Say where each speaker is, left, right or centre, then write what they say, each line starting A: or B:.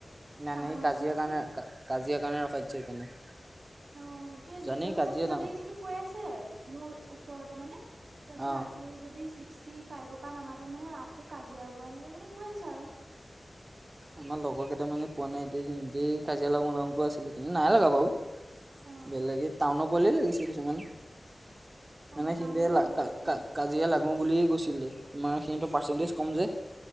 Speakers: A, on the right; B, on the right.
A: না
B: কামাণ্ড
A: নাই কাজিয়া
B: চামাণ্ড
A: কাৰণে কাজিয়া কাৰণে ৰখাইছে সেইকাৰণে
B: অ কেই
A: জানেই
B: দুজনীমান
A: কাজিয়া
B: ছোৱালীয়ে
A: ডাঙৰ
B: কিন্তু কৈ আছে মোৰ ওচৰতে মানে কৈছা।
A: অ
B: আজি যদি ছিক্সটি ফাইভৰ পৰা নামাতে নহয় আকৌ কাজিয়া হ'ব এনেকে মানে গৈ আছে আৰু
A: আমাৰ লগৰ কেইটা মানে পোৱা নাই এতি কাজিয়া লাগুংলাগুং কৈ আছিলে সেইটি নাই লগা বাৰু
B: অ
A: বেলেগে টাউনৰ পোৱালিয়ে লাগিছে কিছুমান
B: অ
A: মানে
B: টাউনৰ
A: সিহঁতে
B: পোৱালিবোৰ
A: কা
B: পাই গৈ
A: কা কাজিয়া লাগো বুলিয়ে গৈছিলে তোমাৰ সিহঁতৰ কিন্তু পাৰ্চেণ্টিজ কম যে